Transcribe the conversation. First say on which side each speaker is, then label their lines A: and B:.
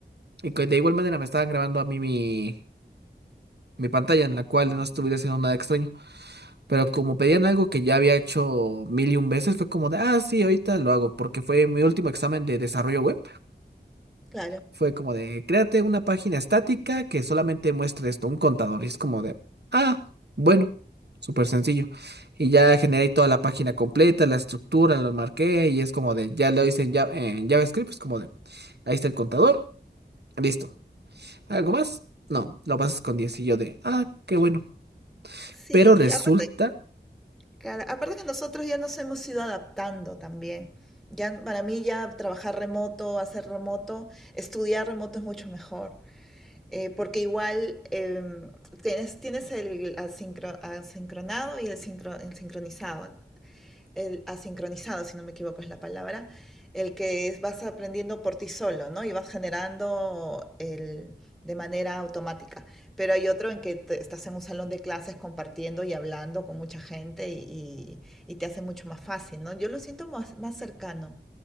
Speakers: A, on the right; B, in the centre.
A: y que de igual manera me estaban grabando a mí mi, mi pantalla en la cual no estuviera haciendo nada extraño. Pero como pedían algo que ya había hecho mil y un veces, fue como de, ah, sí, ahorita lo hago, porque fue mi último examen de desarrollo web.
B: claro.
A: Fue como de, créate una página estática que solamente muestre esto, un contador. Y es como de, ah, bueno, súper sencillo. Y ya generé toda la página completa, la estructura, lo marqué, y es como de, ya lo hice en, Ja- en JavaScript, es como de, ahí está el contador, listo. ¿Algo más? No, lo pasas con 10. Y yo de, ah, qué bueno.
B: Sí,
A: Pero resulta
B: aparte, claro, aparte que nosotros ya nos hemos ido adaptando también. Ya para mí ya trabajar remoto, hacer remoto, estudiar remoto es mucho mejor. Eh, porque igual em, tienes, tienes el asincro- asincronado y el, sincro- el sincronizado. el asincronizado, si no me equivoco es la palabra, el que es- vas aprendiendo por ti solo, ¿no? Y vas generando el, de manera automática. Pero hay otro en que te- estás en un salón de clases compartiendo y hablando con mucha gente y, y- y te hace mucho más fácil, ¿no? Yo lo siento más, más cercano,